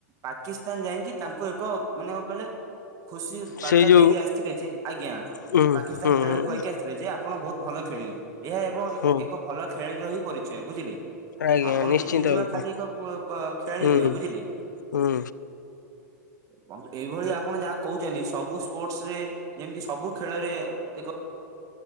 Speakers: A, on the right; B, on the left.
A: ପାକିସ୍ତାନ ଯାଇକି ତାଙ୍କୁ ଏକ ମାନେ କଣ କହିଲେ? ଖୁସି ବାର୍ତ୍ତା
B: ସେଇ ଯୋଉ
A: ଦେଇକି ଆସିଥିଲେ ଯେ, ଆଜ୍ଞା।
B: ହୁଁ
A: ପାକିସ୍ତାନ
B: ହୁଁ
A: ଖେଳକୁ
B: ହୁଁ
A: କହିକି ଆସି ଯେ ଯେ ଆପଣ ବହୁତ ଭଲ ଖେଳିଲେ। ଏହା ଏବଂ
B: ହୁଁ
A: ଏକ ଭଲ ଖେଳାଳିର ହି ପରିଚୟ ବୁଝିଲେ।
B: ଆଜ୍ଞା
A: ଆପଣ
B: ନିଶ୍ଚିନ୍ତ
A: ଜିତିଯିବା
B: ରୂପେ
A: ଖାଲି ଏକ କ କୁ ଖେଳାଳି
B: ହୁଁ
A: ନୁହେଁ ବୁଝିଲେ।
B: ହୁଁ।
A: <unintelligible> ଏଇଭଳି ଆପଣ ଯାହା କହୁଛନ୍ତି ସବୁ ସ୍ପୋର୍ଟସ ରେ ଯେମିତି ସବୁ ଖେଳରେ ଏକ